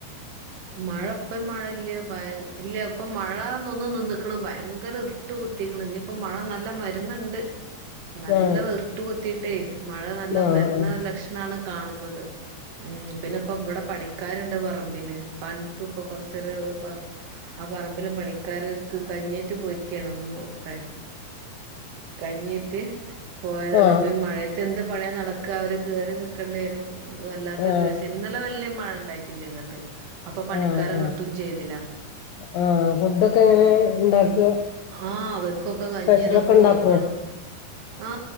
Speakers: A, on the right; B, on the left.
A: മഴ പ്പം മഴ ഇല്ല ഭയ ഇല്ല ഇപ്പ മഴന്നൊന്ന് ന്നിന്ന്ക്ക്ണ് ഭയങ്കര ഇർട്ട് കുത്തിക്ക്ണ് ഇനി ഇപ്പൊ മഴ നല്ല വരുന്നുണ്ട് നല്ല
B: ആ
A: വർട്ട് കുത്തിട്ടേ മഴ നല്ലം
B: ആ ആ
A: വരുന്ന ലക്ഷണാണ് കാണുന്നത് ഉ പിന്നെ ഇപ്പ ഇവിടെ പണി ക്കാരുണ്ട് പറമ്പില് പണിക്ക്പ്പൊ കൊറച്ചൊര് പ ആ പറമ്പില് പണിക്കാര്ർക്ക് കഞ്ഞേയ്റ്റ് പോയിക്കേണുമോക്കാൻ കഞ്ഞിട്ട് പോയതാണ്
B: ആ ആ
A: അപ്പൊ ഈ മഴയത്ത് എന്ത് പണിയ നടക്ക അവര് കേറി നിക്കണ്ടി വരും അത് വല്ലാതൊരു
B: ആ ആ
A: ദേഷ്യം ഇന്നലെ വല്ല്യ പ മഴ ഇണ്ടായിട്ടില്ല ഇങ്ങട്ട് അപ്പൊ പണിക്കാര
B: ആ ആ ആ
A: കിട്ടും ചെയ്തില്ല
B: ആ ഫുഡൊക്കെ
A: ഉ
B: എങ്ങനെ ഇണ്ടാക്ക
A: ആ അവർക്കൊക്കെ കഞ്ഞിതൊക്കെ
B: സ്പെഷ്യലൊക്കെ
A: ഇപ്പ
B: ഇണ്ടാക്കോ
A: കൊടുക്കണം ആ